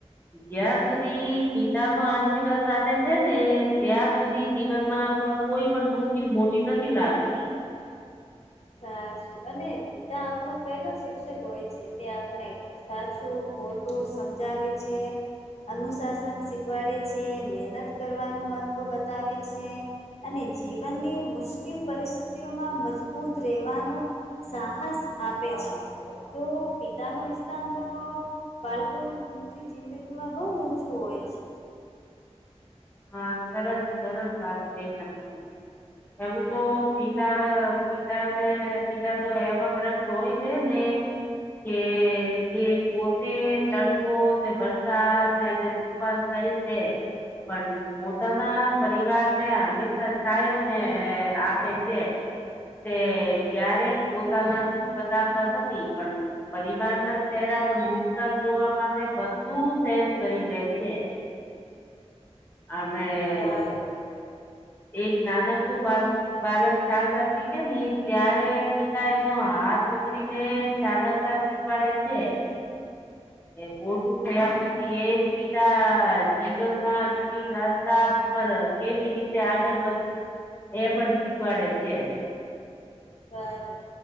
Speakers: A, on the left; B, on the left.
A: જ્યાં સુધી પિતા નો આશીર્વાદ સાથે છે ને ત્યાં સુધી જીવનમાં કોઈ પણ મુશ્કેલ મોટી નથી લાગતી
B: સાું અને પિતા આપણો પહેલો શિક્ષક હોય છે તે આપણે સાચું ખોટું સમજાવે છે અનુશાસન શીખવાડે છે મહેનત કરવાનું મહત્ત્વ બતાવે છે અને જીવનની મુશ્કેલ પરિસ્થિતિઓમાં મજબૂત રહેવાનું સાહસ આપે છે તો પિતા ન સ્થાન તો બાળકોની જિંદગીમાં બહુ ઓછું હોય છે
A: હા સરસ સરસ વાત કઈ તમે એવું તો પિતા પિતાને પિતા તો એવા બ્ર હોય છે ને કે જે પોતે તડકોને વરસાદ ને ઉપાસ જાય તે પણ પોતાના પરિવાર ને હંમેશા છાય મેં આપે છે તે ક્યારેય પોતાના બતાવતા નથી પણ પરિવાર ના ચહેરા પર મુશકાન જોવા માટે બધું સેન કરી લે છે અનેમે
B: સારું
A: એક નાનક નું બાળ બાલક ચાલતા શીખે નને ત્યારે પિતા એનો હાથ પકડી ને ચાલવતા પડે છે મોટું થયા પછી એજ પિતા જીવનમાં કઠિન રા સ્તા પર કેવી રીતે આગળ વધવું એ પણ શીખવાડે છે
B: સારું